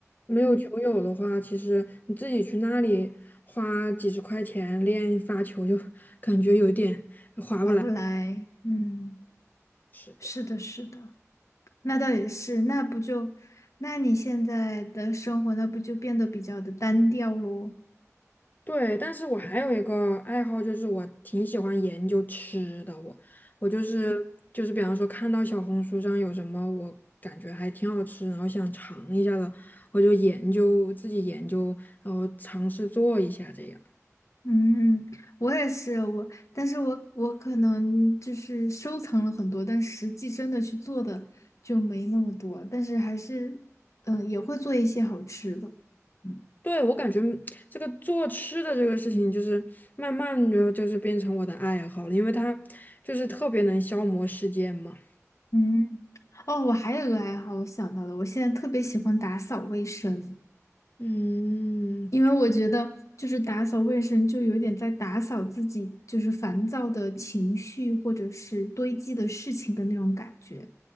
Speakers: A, on the left; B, on the left.
A: 没有球友的话，
B: 嗯，
A: 其实你自己去那里花几十块钱练发球，就 <laughs> 感觉有点划不来。
B: 划不来。嗯，
A: 是的。
B: 是的，是的，那倒也是，那不就，那你现在的生活，那不就变得比较的单调咯？
A: 对，但是我还有一个爱好，就是我挺喜欢研究吃的。我我就是就是，比方说看到小红书上有什么我感觉还挺好吃，然后想尝一下的，我就研究自己研究，然后尝试做一下这样。
B: 嗯，我也是，我，但是我我可能就是收藏了很多，但实际真的去做的就没那么多，但是还是，嗯、也会做一些好吃的。嗯。
A: 对，我感觉这个做吃的这个事情，就是慢慢的就是变成我的爱好了，因为它就是特别能消磨时间嘛。
B: 嗯，哦，我还有个爱好，我想到了，我现在特别喜欢打扫卫生，
A: 嗯，
B: 因为我觉得就是打扫卫生就有点在打扫自己，就是烦躁的情绪或者是堆积的事情的那种感觉。